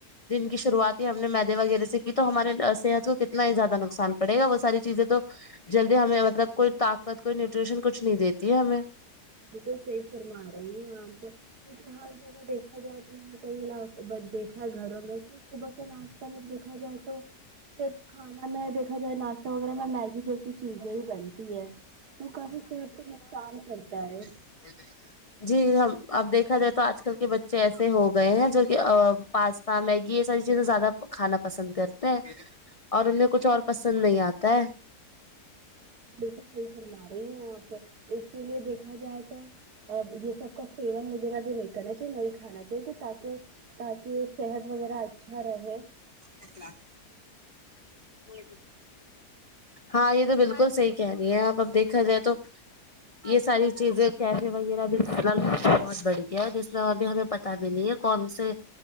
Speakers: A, on the left; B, on the right.
A: دن کی شروعات ہی ہم نے میدے وغیرہ سے کی تو ہمارے صحت کو کتنا ہی زیادہ نقصان پڑے گا وہ ساری چیزیں تو جلدی ہمیں مطلب کوئی طاقت کوئی نیوٹریشن کچھ نہیں دیتی ہے ہمیں
B: بالکل صحی فرما رہے نہیں کو کیونکہ ہر جگہ دیکھا جائے تو <unintelligible> گھروں میں صبح کے ناشتہ میں دیکھا جائے تو پھر کھانا میں دیکھا جائے ناشتہ وغیرہ میں میگی جیسی چیزیں ہی بنتی ہے وہ کافی صحت کو نقصان کرتا ہے
A: کو <unintelligible> جی ہم اب دیکھا جائے تو آج کل کے بچے ایسے ہو گئے ہیں جو کہ پاس ہاں میگی یہ ساری چیزیں زیادہ کھانا پسند کرتے ہیں اور انہیں کچھ اور پسند نہیں آتا ہے
B: بالکل صحیح فرما رہی ہیں آپ اسی لیے دیکھا جائے تو اب یہ سب کا سیون وغیرہ بھی نہیں کرنا چاہیے نہیں کھانا چاہیے تاکہ تاکہ صحت وغیرہ اچھا رہے
A: ا <inaudible> نہیں جی ہاں یہ تو بالکل صحیح کہہ رہی ہیں آپ اب دیکھا جائے تو یہ ساری چیزیں کیفے وغیرہ بے حلال بہت بڑھ گیا ہے جس میں ابھی ہمیں پتا بھی نہیں ہے کون سے